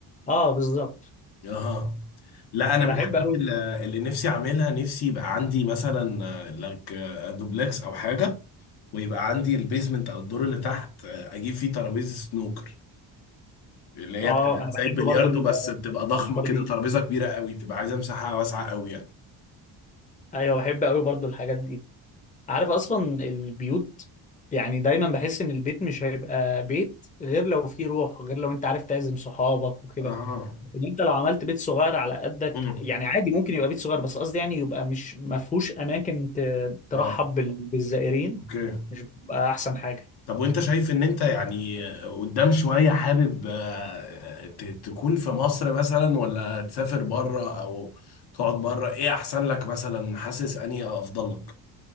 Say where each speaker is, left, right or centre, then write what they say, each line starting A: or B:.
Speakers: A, on the left (about 20°); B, on the left (about 60°).
A: اه بالظبط
B: اها لا انا
A: بحب
B: من فاهم الحاجات
A: قوي
B: اللي اللي نفسي اعملها نفسي يبقى عندي مثلا آه، لك آه، دوبلكس او حاجه ويبقى عندي البيزمنت او الدور اللي تحت آه، اجيب فيه ترابيزه سنوكر اللي هي
A: اه
B: بتبقى
A: انا
B: زي
A: بحب
B: البلياردو
A: برضو ال-
B: بس بتبقى ضخمه
A: الافكار
B: كده
A: دي
B: ترابيزه كبيره قوي بتبقى عايزه مساحه واسعه قوي يعني
A: ايوه بحب قوي برضو الحاجات دي عارف اصلا البيوت يعني دايما بحس ان البيت مش هيبقى بيت غير لو فيه روح غير لو انت عارف تعزم صحابك وكده
B: اها
A: ان انت لو عملت بيت صغير على قدك
B: امم
A: يعني عادي ممكن يبقى بيت صغير بس قصدي يعني يبقى مش ما فيهوش اماكن ت- ترحب
B: اه
A: بال- بالزائرين
B: اوكي
A: مش بيبقى احسن حاجة
B: طب وانت شايف ان انت يعني قدام شوية حابب آه، ت- تكون في مصر مثلا ولا تسافر بره او تقعد بره ايه احسن لك مثلا حاسس اني افضل لك